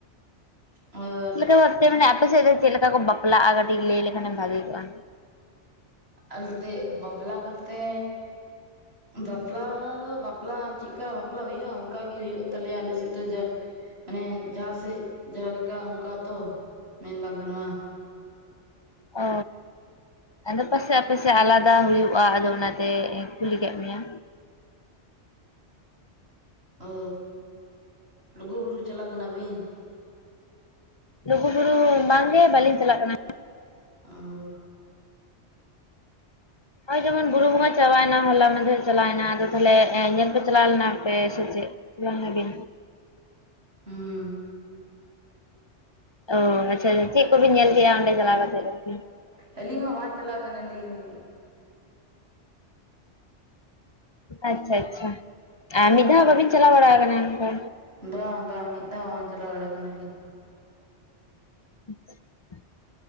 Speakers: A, on the right (about 60°); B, on the left (about 30°).
A: ᱚ
B: ᱪᱮᱫ ᱞᱮᱠᱟ ᱵᱷᱟᱵ ᱛᱮ ᱢᱟᱱᱮ ᱟᱯᱮ ᱥᱮᱫ ᱫᱚ ᱪᱮᱫ ᱞᱮᱠᱟ ᱠᱚ ᱵᱟᱯᱞᱟᱜᱼᱟ ᱠᱟᱹᱴᱤᱡ ᱞᱟᱹᱭ ᱞᱮᱠᱷᱟᱱᱮᱢ ᱵᱷᱟᱜᱮ ᱠᱚᱜᱼᱟ
A: ᱟᱞᱥᱮᱛ ᱵᱟᱯᱞᱟ ᱵᱚᱞᱛᱮ ᱵᱟᱯᱞᱟ ᱫᱚ ᱵᱟᱯᱞᱟ ᱪᱮᱫᱞᱠᱟ ᱵᱟᱯᱞᱟ ᱦᱩᱭᱩᱜᱼᱟ ᱚᱱᱠᱟ ᱜᱮ ᱦᱩᱭᱩᱜ ᱛᱟᱞᱮᱭᱟ ᱟᱞᱮ ᱥᱮᱫ ᱫᱚ ᱡᱟ ᱢᱟᱱᱮ ᱡᱟᱦᱟᱸ ᱥᱮᱫ ᱡᱟᱦᱟᱸ ᱞᱮᱠᱟ ᱚᱱᱠᱟ ᱛᱚ ᱢᱮᱱ ᱵᱟᱝ ᱜᱟᱱᱚᱜᱼᱟ
B: ᱚ ᱟᱫᱚ ᱯᱟᱥᱮ ᱟᱯᱟᱥᱮᱡ ᱟᱞᱟᱫᱟ ᱦᱩᱭᱩᱜᱼᱟ ᱟᱫᱚ ᱚᱱᱟᱛᱮ ᱤᱧ ᱠᱩᱞᱤ ᱠᱮᱫ ᱢᱮᱭᱟ
A: ᱚ ᱞᱩᱜᱩ ᱵᱩᱨᱩ ᱪᱟᱞᱟ ᱠᱟᱱᱟ ᱵᱤᱱ
B: ᱞᱩᱜᱩ ᱵᱩᱨᱩ ᱵᱟᱝ ᱜᱮ ᱵᱟᱟᱹᱞᱤᱧ ᱪᱟᱞᱟᱜ ᱠᱟᱱᱟ
A: ᱚ
B: ᱦᱳᱭ ᱡᱮᱢᱚᱱ ᱵᱩᱨᱩ ᱵᱚᱸᱜᱟ ᱪᱟᱵᱟᱭᱱᱟ ᱦᱚᱞᱟ ᱢᱟᱫᱷᱮᱨᱮ ᱪᱟᱞᱟᱭᱱᱟ ᱟᱫᱚ ᱛᱟᱦᱚᱞᱮ ᱧᱮᱞ ᱯᱮ ᱪᱟᱞᱟᱣ ᱞᱮᱱᱟ ᱯᱮ ᱥᱮ ᱪᱮᱫ ᱵᱟᱝᱟ ᱜᱮ
A: ᱦᱩᱸ
B: ᱚ ᱟᱪᱪᱷᱟ ᱟᱪᱪᱷᱟ ᱪᱮᱫ ᱠᱚᱵᱤᱱ ᱧᱮᱞ ᱠᱮᱜᱼᱟ ᱚᱸᱰᱮ ᱪᱟᱞᱟᱣ ᱠᱟᱛᱮᱜ ᱟᱨ ᱠᱤ
A: ᱟᱹᱞᱤᱧ ᱦᱚᱸ ᱵᱟᱝ ᱪᱟᱞᱟ ᱠᱟᱱᱟ ᱞᱤᱧ
B: ᱟᱪᱪᱷᱟ ᱟᱪᱪᱷᱟ ᱟ ᱢᱤᱫ ᱫᱷᱟᱣ ᱵᱟᱹᱵᱤᱱ ᱪᱟᱞᱟᱣ ᱵᱟᱲᱟ ᱟᱠᱟᱱᱟ ᱚᱱᱠᱟ
A: ᱵᱟᱝ ᱵᱟᱝ ᱢᱤᱫ ᱫᱷᱟᱣ ᱵᱟᱝ ᱪᱟᱞᱟ ᱵᱟᱲᱟ ᱠᱟᱱᱟ ᱞᱤᱧ
B: <unintelligible>